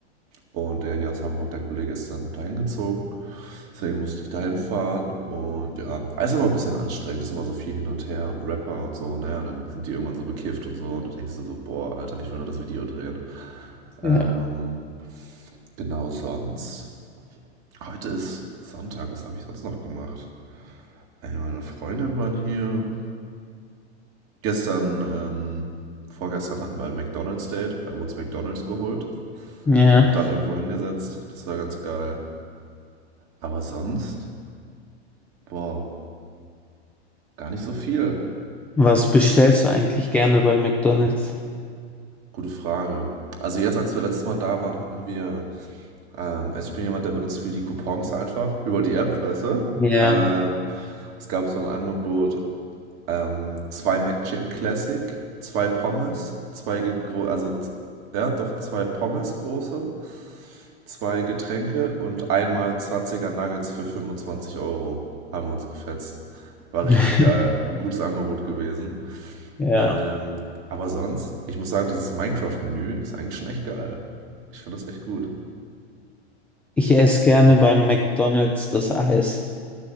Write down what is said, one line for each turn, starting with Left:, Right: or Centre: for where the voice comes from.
Right: Und der hier aus Hamburg, der Kollege, ist dann dahin gezogen. Deswegen musste ich dahin fahren. Und ja, alles immer ein bisschen anstrengend. Es ist immer so viel hin und her und Rapper und so. Naja, und dann sind die irgendwann so bekifft und so. Und dann denkst du so, boah, Alter, ich will nur das Video drehen. Ähm,
Centre: Ja.
Right: genau sonst. Heute ist Sonntag. Was habe ich sonst noch gemacht? Ey, meine Freundin war hier. Gestern, ähm, vorgestern hatten wir ein McDonald's-Date. Wir haben uns McDonald's geholt
Centre: Ja.
Right: und dann irgendwo hingesetzt. Das war ganz geil. Aber sonst, boah. Gar nicht so viel.
Centre: Was bestellst du eigentlich gerne bei McDonald's?
Right: Gute Frage. Also jetzt, als wir letztes Mal da waren, hatten wir, ähm, also ich bin jemand, der benutzt viel die Coupons einfach über die App, weißt du?
Centre: Ja.
Right: Ähm, es gab so ein Angebot, ähm, zwei McChicken Classic, zwei Pommes, zwei, ge- gro- also z- ja, doch zwei Pommes große, zwei Getränke und einmal 20er Nuggets für 25 Euro. Haben wir uns gefetzt. War
Centre: <laughs>
Right: richtig geil. Ein gutes Angebot gewesen.
Centre: Ja.
Right: Ähm, aber sonst, ich muss sagen, dieses Minecraft-Menü ist eigentlich schon echt geil. Ich finde das echt gut.
Centre: Ich esse gerne beim McDonald's das Eis.